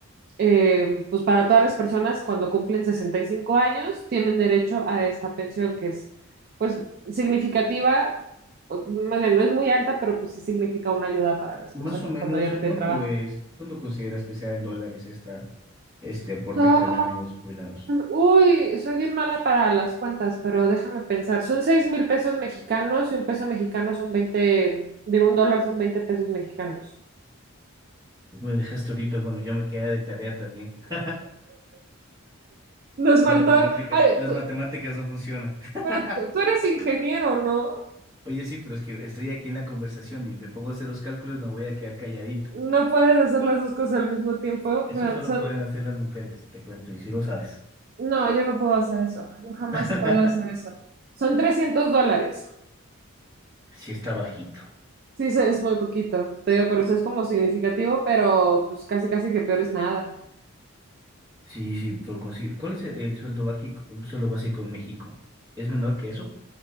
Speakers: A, on the right; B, on the right.
A: Eh, pues para todas las personas cuando cumplen 65 años tienen derecho a esta pensión que es pues significativa, o, más bien no es muy alta, pero pues sí significa una ayuda para las
B: Más
A: personas
B: o menos,
A: cuando ya no
B: ¿cuánto
A: tienen trabajo.
B: es, cuánto consideras que sea en dólares esta, este aporte
A: Son,
B: que le dan a los jubilados?
A: uy, soy bien mala para las cuentas, pero déjame pensar. Son seis mil pesos mexicanos y un peso mexicano son veinte digo, un dólar son 20 pesos mexicanos.
B: Me dejaste ahorita, bueno, yo me queda de tarea también. <laughs>
A: Nos
B: Las
A: faltó,
B: matemáticas,
A: ay,
B: las
A: tú-
B: matemáticas no funcionan. <laughs>
A: pero tú tú eres ingeniero, ¿no?
B: Oye, sí, pero es que estoy aquí en la conversación y me pongo a hacer los cálculos, me voy a quedar calladito.
A: No puedes hacer las dos cosas al mismo tiempo.
B: Eso
A: pero
B: solo
A: son-
B: pueden hacer las mujeres, te cuento, y si lo sabes.
A: no, yo no puedo hacer eso. Yo jamás
B: <laughs>
A: he podido hacer eso. Son 300 dólares.
B: Sí está bajito.
A: Sí, se- es muy poquito. Te digo, por eso es como significativo, pero pues casi casi que peor es nada.
B: Sí, sí, por conseguir. ¿Cuál es el, el sueldo básico, sueldo básico en México? ¿Es menor que eso?